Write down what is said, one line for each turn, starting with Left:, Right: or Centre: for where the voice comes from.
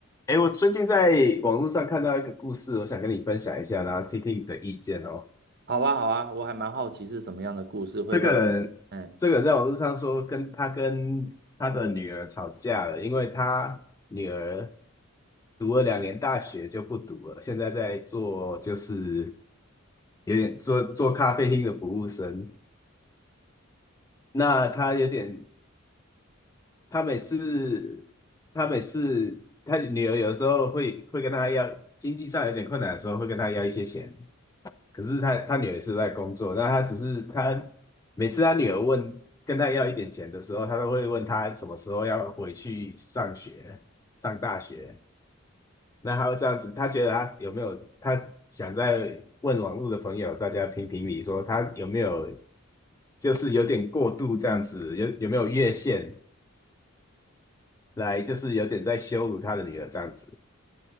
Left: 哎，我最近在网络上看到一个故事，我想跟你分享一下，然后听听你的意见哦。
Right: 好吧，好啊，我还蛮好奇是什么样的故事会让你，
Left: 这个人，
Right: 嗯，
Left: 这个人在网络上说跟他跟他的女儿吵架了，因为他女儿读了两年大学就不读了，现在在做就是有点做做咖啡厅的服务生。那他有点他每次他每次他女儿有时候会会跟他要经济上有点困难的时候会跟他要一些钱，可是他他女儿是在工作，那他只是他每次他女儿问跟他要一点钱的时候，他都会问他什么时候要回去上学上大学，那他会这样子，他觉得他有没有他想在问网络的朋友大家评评理，说他有没有就是有点过度这样子，有有没有越线？来就是有点在羞辱他的女儿这样子，